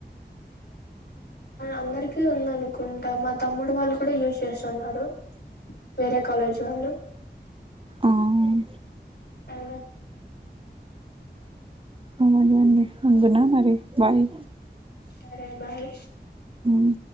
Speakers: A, on the left; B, on the right.
A: అందరికీ ఉందనుకుంటా మా తమ్ముడు వాళ్ళు కూడ యూజ్ చేస్తున్నారు వేరే కాలేజ్ వాళ్ళు
B: ఆ
A: ఆ
B: అలాగ అండి అంతేన మరి బాయ్
A: సరే బాయ్
B: ఉమ్